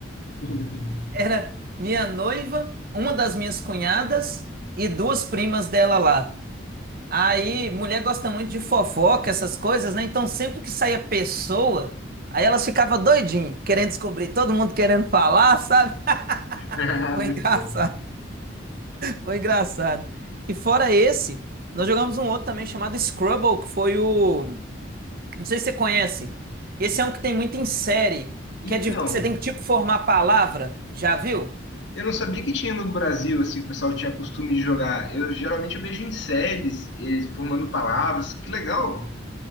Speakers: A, on the left; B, on the right.
A: <laughs>
B: Era minha noiva, uma das minhas cunhadas e duas primas dela lá. Aí, mulher gosta muito de fofoca, essas coisas, né? Então, sempre que saía pessoa, aí elas ficavam doidinhas, querendo descobrir, todo mundo querendo falar, sabe?
A: Ah,
B: <laughs> Foi
A: Muito
B: engraçado,
A: bom.
B: foi engraçado. E fora esse, nós jogamos um outro também chamado Scrabble, que foi o. Não sei se você conhece. Esse é um que tem muito em série,
A: Então,
B: que é de que você tem que tipo formar palavra, já viu?
A: Eu não sabia que tinha no Brasil, assim, o pessoal tinha costume de jogar. Eu geralmente eu vejo em séries, eles formando palavras. Que legal!